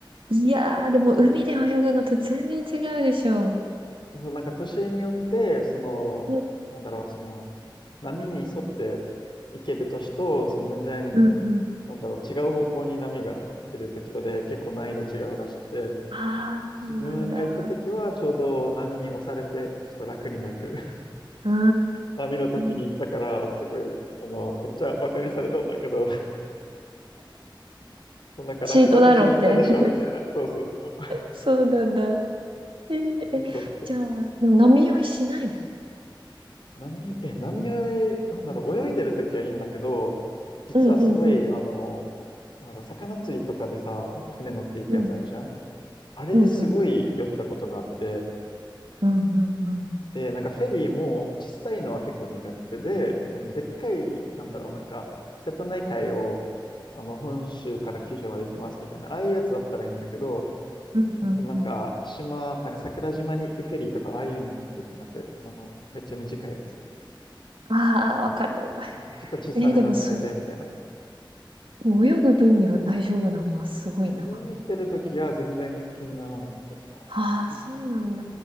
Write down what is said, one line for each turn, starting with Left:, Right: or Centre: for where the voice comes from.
Right: いやー、でも海で泳ぐのと全然違うでしょ
Left: そう。そう、なんか年によって、その、
Right: う。
Left: なんだろう、その、波に沿っていける年と、その全然、
Right: うんうん
Left: なんだろう、違う方向に波が行ってる時とで結構難易度違うらしくて、
Right: ああ、
Left: 自分が行った時はちょうど波に押されて、
Right: そうなんだ。
Left: ちょっと楽になる <laughs>
Right: うー
Left: 波の時に行ったから、
Right: ん。
Left: すごい、あの、めっちゃバカにされたんだけど、なんか楽な年に行ったでしょ、
Right: シートだろうって。<laughs>
Left: みたいな。そうそうそう。
Right: そうなんだ。えー、
Left: チートって。
Right: え、じゃあ、でも波酔いしないの
Left: 波、え、波泳い、なんだろう、泳いでるときはいいんだけど、実はすごい、
Right: うんうんうん。
Left: あの、なんか魚釣りとかでさ、あの船乗っていくやつあるじゃん
Right: うん。
Left: あれですごい酔ったことがあって、
Right: うんうんうん。うんうんうん。
Left: で、なんかフェリーも小さいのは結構苦手で、あのでっかい、なんだろう、なんか、瀬戸内海を、あの、本州から九州まで行きますみたいな、ああいうやつだったらいいんだけど、
Right: うんうんうん。
Left: 本当なんか、島、なんか桜島に行くフェリーとか、ああいうの本当苦手。あの、めっちゃ短いやつ。
Right: ああ、わかる。
Left: あの、ちょっと小さめの船で、
Right: えーでもそれ、
Left: みたいな。
Right: もう泳ぐ分には大丈夫なのはすごいな。
Left: 泳行ってる時は全然気にならなかったかな。
Right: ああ、そうなん